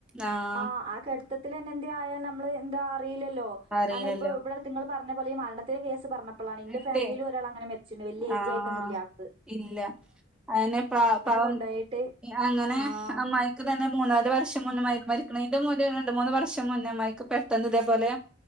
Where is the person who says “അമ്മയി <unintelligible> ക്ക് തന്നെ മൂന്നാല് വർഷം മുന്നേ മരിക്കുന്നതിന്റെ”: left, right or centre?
Centre